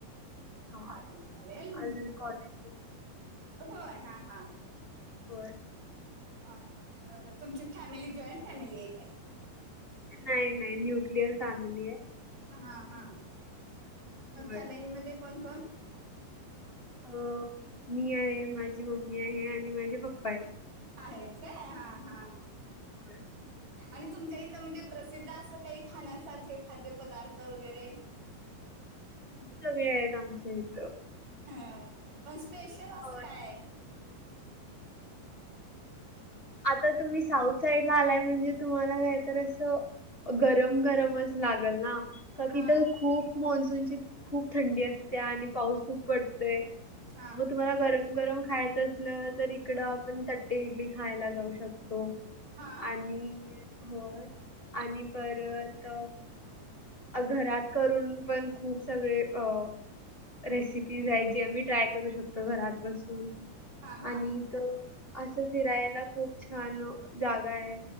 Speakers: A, on the left; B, on the right.
A: हा
B: चालेल चालेल.
A: अजून कॉलेज
B: होय हा हा.
A: होय.
B: आ तुमची फॅमिली जॉईंट फॅमिली आहे काय.
A: नाही नाही न्युक्लियर फॅमिली आहे.
B: हा हा. मग
A: होय
B: फॅमिलीमध्ये कोण कोण.
A: अ मी आहे माझी मम्मी आहे आणि माझे पप्पा आहे.
B: आहेस काय, हा हा.
A: हो
B: आणि तुमच्या इथं म्हणजे प्रसिद्ध असं काही खाण्यासारखे खाद्यपदार्थ वगैरे.
A: सगळे आहेत आमचा इथं.
B: हा पण स्पेशल असं
A: अ,
B: काय.
A: आता तुम्ही साऊथ साईड ला आलाय म्हणजे तुम्हाला काहीत असं गरम गरम अस लागल ना तर
B: हा
A: खूप मान्सून खूप थंडी असते आणि पाऊस खूप पडतय
B: हा
A: मग तुम्हाला गरम गरम खायचं असलं तर इकडं आपण त्या ते इडली खायला जाऊ शकतो.
B: हा
A: आणि, होय. आणि परत, घरात करून पण खूप सगळे, अ.. रेसिपीज आहेत जे मी ट्राय. करू शकतो घरात बसून,
B: हा हा
A: आणि तो असं. फिरायला खूप छान जागा आहे,